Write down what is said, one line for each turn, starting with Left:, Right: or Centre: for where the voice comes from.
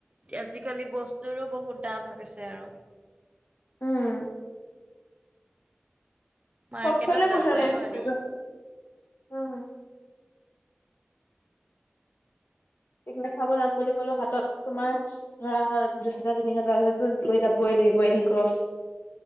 Right: আজিকালি বস্তুৰো বহুত দাম হৈ গৈছে আৰু।
Left: উম।
Right: মাৰ্কেটত
Left: সবফালেই
Right: যাবই
Left: পইচা লাগে
Right: নোৱাৰি
Left: ঘুৰিব। উম। পিকনিক খাব যাম বুলি ক'লেওঁ হাতত তোমাৰ ধৰা দুহেজাৰ-তিনিহেজাৰটো লৈ যাবই লাগিব, এনে কষ্ট।